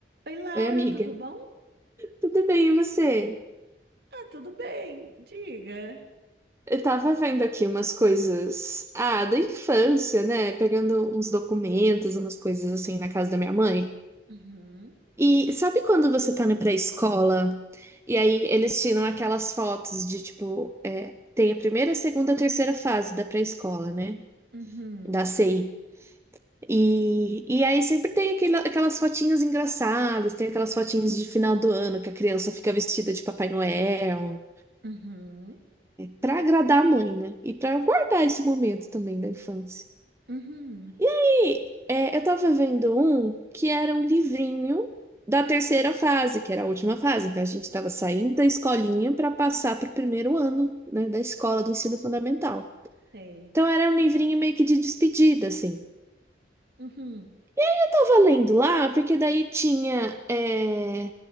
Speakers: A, on the right; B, on the right.
A: Oi, Laura,
B: Oi, amiga.
A: tudo bom?
B: Tudo bem, e você?
A: Ah, tudo bem, diga.
B: Eu tava vendo aqui umas coisas, ah, da infância, né? Pegando uns documentos, umas coisas assim na casa da minha mãe.
A: Uhum,
B: E sabe quando você tá na pré-escola e aí eles tiram aquelas fotos de tipo, é, tem a primeira, a segunda, a terceira fase da pré-escola, né?
A: uhum,
B: Da CI. E, e aí sempre tem aquele- aquelas fotinhas engraçadas, tem aquelas fotinhas de final do ano que a criança fica vestida de Papai Noel.
A: uhum,
B: para agradar a mãe, né? E para guardar esse momento também da infância.
A: uhum,
B: E é, eu tava vendo um que era um livrinho da terceira fase, que era a última fase. Então a gente estava saindo da escolinha para passar para o primeiro ano, né, da escola do ensino fundamental.
A: sei.
B: Então era um livrinho meio que de despedida, assim.
A: Uhum,
B: Eu tava lendo lá, porque daí tinha. é,